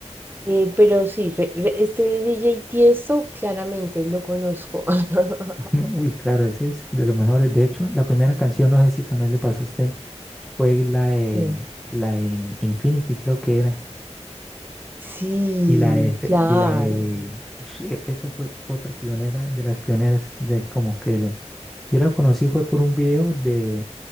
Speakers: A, on the right (about 15°); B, in the centre.
A: Eh, pero sí, re- re- este DJ Tiesto claramente lo conozco. <laughs>
B: <laughs> Uy, claro, ese es de los mejores. De hecho, la primera canción, no sé si también le pasó a usted, fue la de,
A: ¿Qué?
B: la de Infinity, creo que era.
A: Sí,
B: Y la, este,
A: claro.
B: y la, eh, sí, esa fue otra pionera de las pioneras de como que le- yo la conocí fue por un video de,